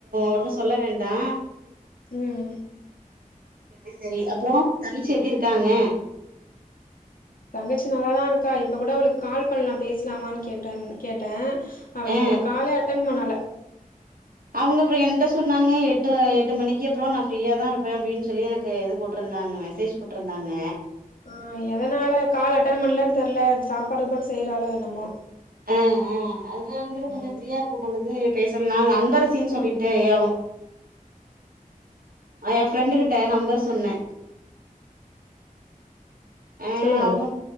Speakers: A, on the right; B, on the left.
A: ஒன்னு சொல்ல வேண்டா
B: ம்
A: சரி சரி அப்போ தங்கச்சு எப்டி இருக்காங்க
B: தங்கச்சி நல்லாதா இருக்கா இப்ப கூட அவளுக்கு கால் பண்ணலா பேசலாமான்னு கேட்ட கேட்டே அவ
A: ஆ
B: காலையே அட்டன் பண்ணல
A: அவங்க அப்புற என்ட சொன்னாங்க எட்டு எட்டு மணிக்கு அப்புற நா ஃப்ரீயாதா இருப்பே அப்டின்னு சொல்லி எனக்கு இது போட்டுருந்தாங்க மெசேஜ் போட்டுருந்தாங்க
B: ஆ எதனால கால் அட்டன் பண்ணலன்னு தெருல சாப்பாடுஇப்பாடு செய்யறாளோ என்னமோ
A: ஆ ஆ அது வந்துட்டு கொஞ்ச
B: ம்
A: ஃப்ரீயா இருக்கும் பொழுது பேசலனா அது அன்பரசீன்னு சொல்லிட்டு ஆகு ஆ எ ஃப்ரெண்டு கிட்ட நம்பர் சொன்னே ஆ
B: சொல்லுங்க
A: அவங்க